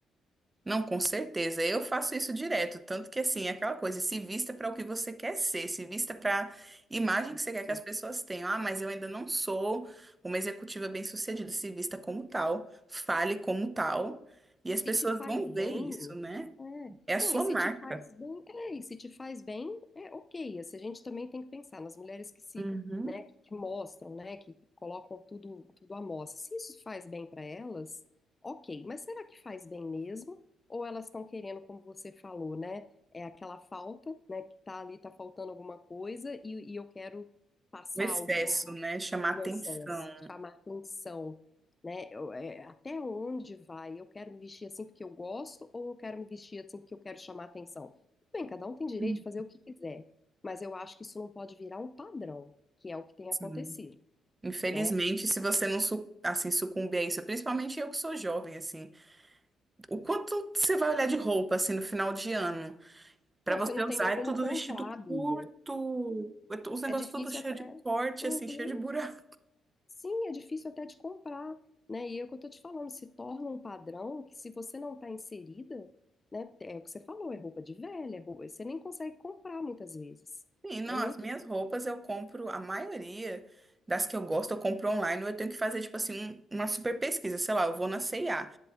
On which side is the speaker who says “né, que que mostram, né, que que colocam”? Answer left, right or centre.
Left